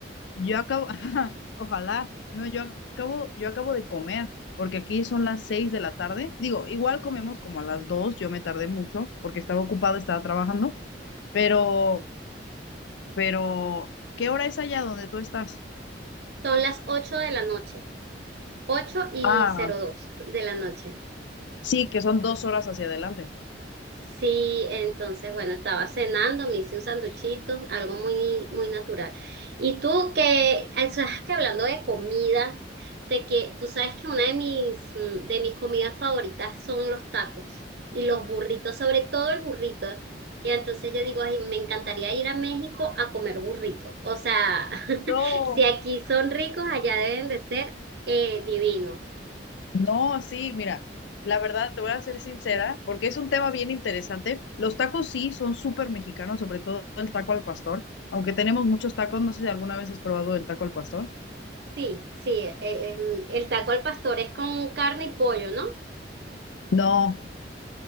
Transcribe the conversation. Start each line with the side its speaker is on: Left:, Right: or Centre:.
Left: yo acabo, <laughs> ojalá, no, yo acabo, yo acabo de comer, porque aquí son las seis de la tarde. Digo, igual comemos como a las dos, yo me tardé mucho porque estaba ocupada, estaba trabajando, pero Pero, ¿qué hora es allá donde tú estás?
Right: Son las 8 de la noche. Ocho y
Left: Ah,
Right: cero dos de la noche.
Left: Sí, que son dos horas hacia adelante.
Right: Sí, entonces, bueno, estaba cenando, me hice un sanduchito, algo muy, muy natural. Y tú que, o sea, que hablando de comida, de que tú sabes que una de mis, mm, de mis comidas favoritas son los tacos y los burritos, sobre todo el burrito. Y entonces yo digo, ay, me encantaría ir a México a comer burrito O sea, <laughs>
Left: no.
Right: si aquí son ricos, allá deben de ser eh, divinos.
Left: No, sí, mira, la verdad te voy a ser sincera, porque es un tema bien interesante. Los tacos sí son súper mexicanos, sobre todo el taco al pastor, aunque tenemos muchos tacos, no sé si alguna vez has probado el taco al pastor.
Right: Sí, sí, eh, eh, el taco al pastor es con carne y pollo, ¿no?
Left: No,